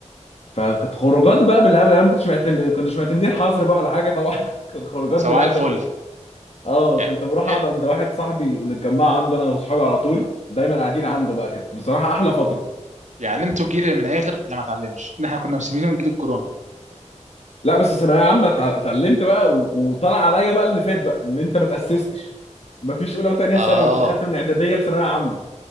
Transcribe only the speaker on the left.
فكانت خروجات بقى بالهبل أنا ما كنتش معتمد كنتش معتمدين حظر بقى ولا حاجة طبعا <laughs> كانت خروجات
بالهبل
اه
كنت بروح
اقعد عند واحد صاحبي ونتجمع عنده انا وصحابي على طول دايما قاعدين عنده بقى كانت بصراحه احلى فتره
لا بس الثانويه عامه اتع- اتعلمت بقى و- وطلع عليا بقى اللي فات بقى ان انت ما تاسستش ما فيش اولى وثانيه
ثانوي انت دخلت من اعداديه لثانويه عامه